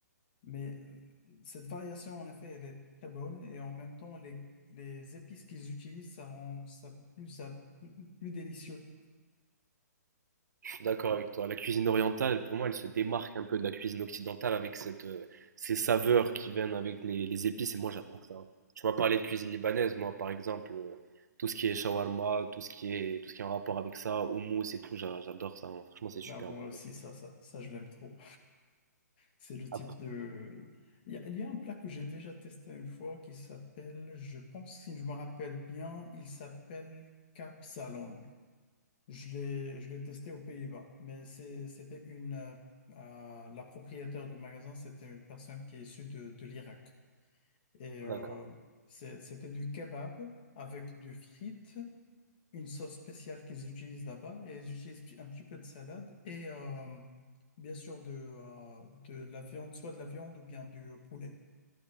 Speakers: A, on the left; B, on the right.
A: Mais euh, cette variation, en effet, elle est très bonne et en même temps, les, les épices qu'ils utilisent, ça rend ça plus, ça plus délicieux.
B: D'accord avec toi. La cuisine orientale, pour moi, elle se démarque un peu de la cuisine occidentale avec cette, euh, ces saveurs qui viennent avec les, les épices. Et moi, j'adore ça. Tu m'as parlé de cuisine libanaise. Moi, par exemple, euh, tout ce qui est shawarma, tout ce qui est, tout ce qui est en rapport avec ça, houmous et tout, j'a- j'adore ça. hein. Franchement, c'est super
A: Ben, moi
B: bon.
A: aussi, ça, ça, ça, je l'aime trop. C'est le
B: Après,
A: type de... Il y a, il y a un plat que j'ai déjà testé une fois qui s'appelle, je pense, si je me rappelle bien, il s'appelle Salon. Je l'ai, je l'ai testé aux Pays-Bas, mais c'est- c'était une... euh, euh, la propriétaire du magasin, c'était une personne qui est issue de, de l'Irak. Et euh,
B: d'accord.
A: c'est- c'était du kebab avec du frites une sauce spéciale qu'ils utilisent là-bas et ils utilisent un petit peu de salade et euh, bien sûr de, euh, de la viande, soit de la viande ou bien du euh, poulet.